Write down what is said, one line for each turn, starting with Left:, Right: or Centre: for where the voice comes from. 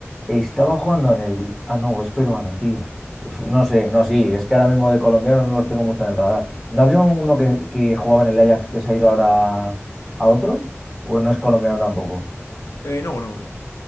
Centre: estaba jugando en el... Ah, no, es peruano, tío. Uf, No sé, no, sí, es que ahora mismo de colombianos no los tengo mucho en el radar. ¿No había uno que, que jugaba en el Ajax que se ha ido ahora a otro? ¿O no es colombiano tampoco?
Left: Eh, no, no, no.